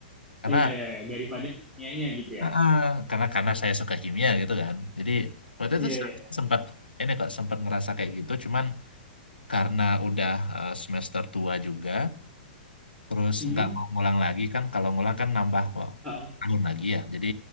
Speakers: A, on the left; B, in the centre.
A: Karena
B: Iya, iya, iya. Daripada nianya gitu ya.
A: Heeh, karena karena saya suka kimia gitu kan. Jadi waktu
B: Iya,
A: itu
B: iya.
A: se-
B: iya.
A: sempat ini kok sempat ngerasa kayak gitu. Cuman karena udah eh, semester tua juga, terus
B: Hmm.
A: nggak mau ngulang lagi kan. Kalau ngulang kan nambah wah,
B: Oh,
A: tahun lagi ya. Jadi